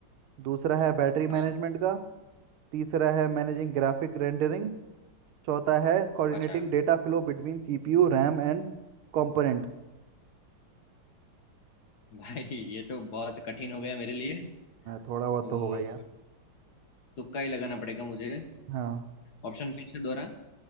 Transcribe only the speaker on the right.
दूसरा है बैटरी मैनेजमेंट
का तीसरा है मैनेजिंग ग्राफिक रेंडरिंग चौथा है coordinating
data flow between CPU RAM and component
थोड़ा
बहुत तो होगा यार
हाँ